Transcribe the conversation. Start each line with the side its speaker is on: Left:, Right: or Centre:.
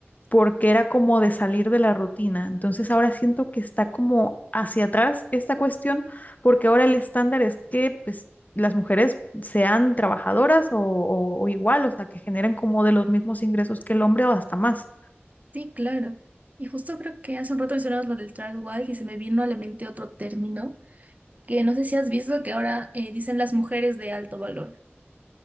Left: porque era como de salir de la rutina. Entonces ahora siento que está como hacia atrás esta cuestión, porque ahora el estándar es que pues las mujeres sean trabajadoras o, o- o igual, o sea, que generen como de los mismos ingresos que el hombre o hasta más.
Right: Sí, claro. Y justo creo que hace un rato mencionabas lo del tradwife y se me vino a la mente otro término que no sé si has visto que ahora eh, dicen las mujeres de alto valor.